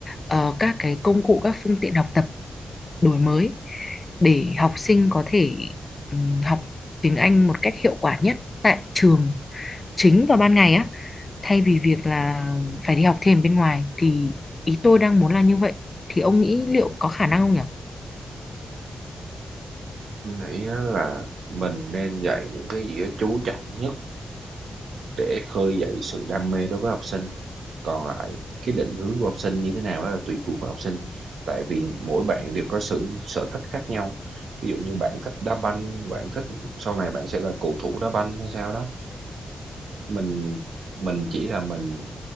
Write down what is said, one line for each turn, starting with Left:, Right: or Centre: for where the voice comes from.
Left: ờ, các cái công cụ các phương tiện học tập đổi mới để học sinh có thể ừ, học tiếng Anh một cách hiệu quả nhất tại trường chính vào ban ngày á thay vì việc là phải đi học thêm bên ngoài thì ý tôi đang muốn là như vậy thì ông nghĩ liệu có khả năng không nhỉ?
Right: Tôi nghĩ á là mình nên dạy những cái gì đó chú trọng nhất để khơi dậy sự đam mê đối với học sinh còn lại cái định hướng của học sinh như thế nào đó là tùy thuộc vào học sinh tại vì mỗi bạn đều có sự sở thích khác nhau ví dụ như bạn thích đá banh bạn thích sau này bạn sẽ là cầu thủ đá banh hay sao đó mình mình chỉ là mình